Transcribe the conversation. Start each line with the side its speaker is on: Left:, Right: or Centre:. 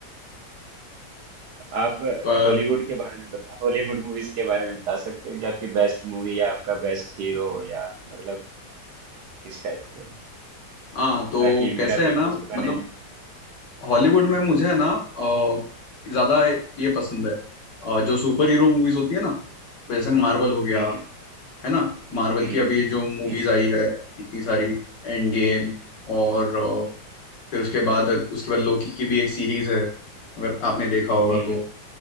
Right: आप
Left: पर
Right: हॉलीवुड के बारे में बता हॉलीवुड मूवीज के बारे में बता सकते हो कि आपकी बेस्ट मूवी या आपका बेस्ट हीरो या मतलब किस टाइप के
Left: हाँ तो
Right: ताकि
Left: कैसे
Right: मेरा
Left: है
Right: भी इंटरेस्ट
Left: ना मतलब
Right: बने
Left: हॉलीवुड में मुझे है ना अ, ज्यादा ये पसंद है अ, जो सुपर हीरो मूवीज होती है ना जैसे मार्वल हो गया
Right: हम्म हम्म।
Left: है ना मार्वल
Right: हम्म,
Left: की अभी जो मूवीज
Right: हम्म,
Left: आई है इतनी सारी एंड गेम
Right: हम्म,
Left: और अ, फिर उसके बाद उसके बाद लोकी की भी एक सीरीज है अगर आपने देखा होगा
Right: हम्म,
Left: तो
Right: हम्म।